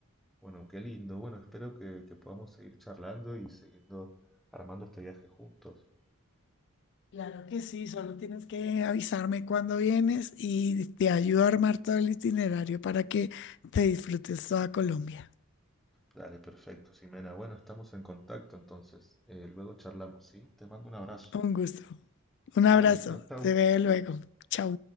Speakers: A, in the centre; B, on the left (about 55°).
A: Bueno, qué lindo. Bueno, espero que, que podamos seguir charlando y siguiendo armando este viaje juntos.
B: Claro que sí, solo tienes que avisarme cuando vienes y te ayudo a armar todo el itinerario para que te disfrutes toda Colombia.
A: Dale, perfecto, Ximena. Bueno, estamos en contacto entonces. Eh, luego charlamos, ¿sí? Te mando un abrazo.
B: Un gusto. Un abrazo.
A: Dale, chau, chau.
B: Te veo luego. Chau.